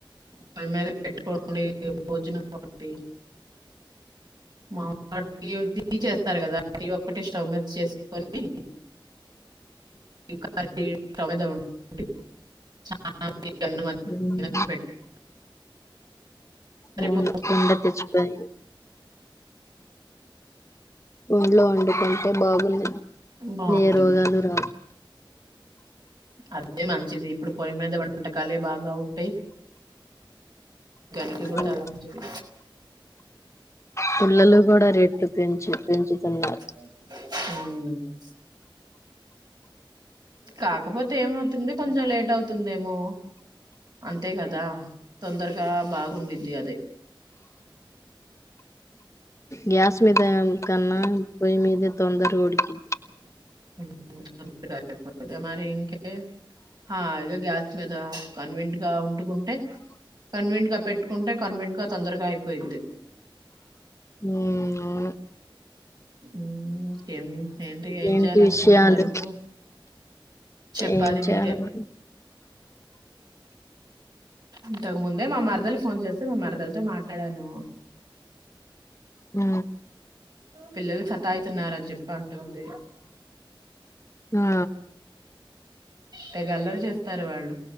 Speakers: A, on the right; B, on the left.
A: పోయి మీద పెట్టుకోండి భోజనం ఒకటి మా టీ టీ చేస్తారు కదా టీ ఒక్కటి స్టవ్ మీద చేసుకొని టీ క స్టవ్ మీద <unintelligible>
B: ఉమ్,
A: రిపో
B: అవును కుండ తెచ్చుకొని ఊర్లో వండుకుంటే బాగుంది
A: బాగుంటుంది
B: ఏ రొగాలు రావు
A: అదే మంచిది ఇప్పుడు పొయ్యి మీద వంటకాలే బాగా ఉంటాయి ఆరోగ్యానికి కూడా
B: అవును
A: చాలా మంచిది.
B: పుల్లలు కూడా రే పెంచి
A: ఆ
B: పెంచుతున్నారు
A: కాకపోతే ఏమవుతుంది కొంచెం లేట్ అవుతుందే మో అంతే కదా తొందరగా బాగుండిద్ది అదే.
B: గ్యాస్ మీద కన్నా పొయ్యి మీద తొందరగా ఉడికి
A: <unintelligible> మరి ఇంకే <unintelligible> ఆఇదో గ్యాస్ మీద కన్వీంట్ గా ఉంటుకుంటే కన్వీంట్ గా పెట్టుకుంటే కన్వీంట్ గా తొందరగా అయిపోయిద్ది.
B: ఉ అవును
A: ఇంకేం ఏంటి
B: ఇంకేంటి
A: ఏం చేయాల అనుకుంటున్నారు
B: విషయాలు
A: ఇప్పుడు. చెప్పాలి
B: ఏం చేయాలి
A: మీరే ఇంతకుముందే మా మరదలు ఫోన్ చేస్తే మా మరదలతో మాట్లాడాను.
B: ఉ
A: పిల్లలు సత్తా యిత్తన్నారని చెప్ప. అంటుంది
B: ఆ
A: తెగ అల్లరి చేస్తారు వాళ్ళు